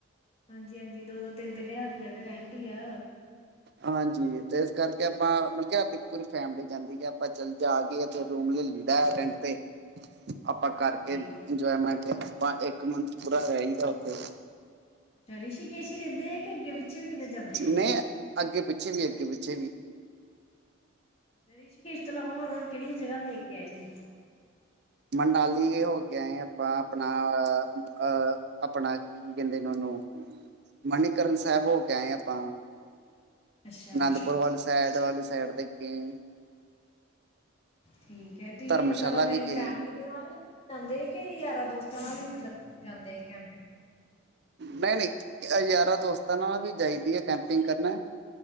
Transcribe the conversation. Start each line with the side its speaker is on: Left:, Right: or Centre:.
Left: ਹਾਂਜੀ -ਹਾਂਜੀ, ਦੋ- ਦੋ, ਤਿੰਨ- ਤਿੰਨ ਹਜ਼ਾਰ ਰੁਪਆ ਦੇ ਰੈਟ ਹੀ ਆ।
Right: ਹਾਂਜੀ ਤੇ ਇਸ ਕਰਕੇ ਆਪਾ ਮਤਲਬ ਕਿ, ਆਪ ਪੂਰੀ ਫੈਮਿਲੀ ਜਾਦੀ ਹੈ। ਆਪਾ ਚਲ ਜਾ ਕੇ ਤੇ ਰੂਮ ਲਲੀਦਾ ਹੈ, ਰੈਂਟ ਤੇ। ਆਪਾ
Left: ਹਾਂਜੀ
Right: ਕਰਕੇ ਇੰਜੋਏਮੈਟ, ਆਪਾ ਇਕ ਮੰਥ ਪੂਰਾ ਰਹਿ ਹੀਦਾ ਉਥੇ।
Left: ਅਛਾ ਰਿਸ਼ੀਕੇਸ਼ ਹੀ ਰਹਿਦੇ, ਕਿ ਅਗੇ ਪਿੱਛੇ ਵੀ ਕਿਤੇ ਜਾਦੇ ਜੇ?
Right: ਨਹੀਂ ਅੱਗੇ ਪਿੱਛੇ ਵੀ ਅੱਗੇ ਪਿੱਛੇ ਵੀ
Left: ਅਛਾ ਰਿਸ਼ੀਕੇਸ਼ ਤੋ ਇਲਾਵਾ, ਹੋਰ- ਹੋਰ ਕਿਹੜੀ ਜ੍ਹਗਾਂ ਦੇਖ ਕੇ ਆਏ ਜੇ?
Right: ਮਨਾਲੀ ਹੋ ਕੇ ਆਏ ਆਪਾ, ਆਪਣਾ ਅਹ ਆਪਣਾ ਕੀ ਕਹਿਦੇ ੳਨੂੰ, ਮਨੀਕਰਨ ਸਾਹਿਬ ਹੋ ਕੇ ਆਏ ਆਪਾ।
Left: ਅੱਛਾ
Right: ਅਨੰਦਪੁਰ ਵਾਲੀ ਸਾਈਡ, ਵਾਲੀ ਸਾਈਡ ਦੇ ਗ
Left: ਠੀਕ ਹੈ। ਤੁਹੀਂ
Right: ਧਰਮਸ਼ਾਲਾ
Left: ਮਤਲਬ ਆਪਣੇ
Right: ਵੀ ਗਏ
Left: ਫੈਮਲੀ ਦੇ ਨਾਲ ਜਾਦੇ, ਕਿ ਯਾਰਾਂ ਦੋਸਤਾਂ ਨਾਲ ਹੀ ਮਤਲਬ ਜਾਦੇ ਕੈਂਪਿੰਗ?
Right: ਨਹੀ-ਨਹੀ, ਯਾਰਾਂ ਦੋਸਤਾਂ ਨਾਲ ਵੀ ਜਾਈਦੀ ਆ, ਕੈਂਪਿੰਗ ਕਰਨ।